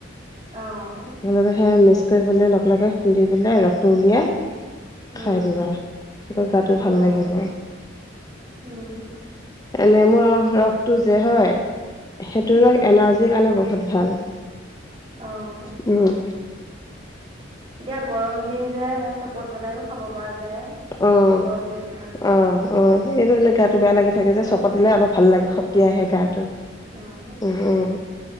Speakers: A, on the right; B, on the left.
A: অ',
B: একেলগে সেয়া মিক্স কৰি পেলাই লগে লগে খুন্দি পেলাই ৰসটো উলিয়াই-
A: উম।
B: খাই দিবা, তেতিয়া গাটো ভাল
A: অ',
B: লাগিব।
A: উম'।
B: এ নেমুৰ ৰসটো যে হয়- সেইটো
A: উম,
B: ৰস এনাৰ্জীৰ কাৰণে বহুত ভাল।
A: অঁ'।
B: উম'।
A: এতিয়া গৰম দিন যে সেই চৰ্বত বনাইও খাব পৰা যায়।
B: অঁ',
A: গৰম দিন কাৰণে।
B: -অঁ', -অঁ', এইটো এনেই গা টো বেয়া লাগি থাকে যে চৰ্বত দিলে অলপ ভাল লাগে শক্তি আহে গাটো।
A: অ',
B: উমঁ-উমঁ।